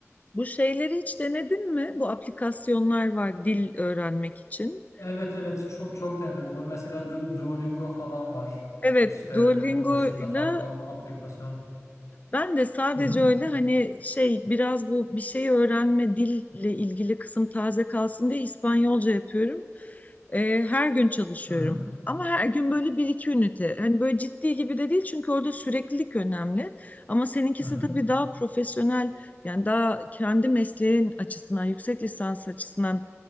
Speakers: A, on the left; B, on the left.
A: Bu şeyleri hiç denedin mi? Bu aplikasyonlar var dil öğrenmek için.
B: Evet evet çok, çok denedim. Bu mesela Du- Duolingo falan var.
A: Evet,
B: İşte
A: Duolingo'yla
B: onun dışında farklı aplikasyon.
A: Ben de sadece
B: Hı hı
A: öyle hani şey biraz bu bir şey öğrenme dille ilgili kısım taze kalsın diye İspanyolca yapıyorum. Ee, her gün çalışıyorum.
B: hı
A: Ama her gün böyle bir iki ünite. Hani böyle ciddi gibi de değil çünkü orada süreklilik önemli. Ama seninkisi
B: hı hı.
A: tabii daha profesyonel yani daha kendi mesleğin açısından yüksek lisans açısından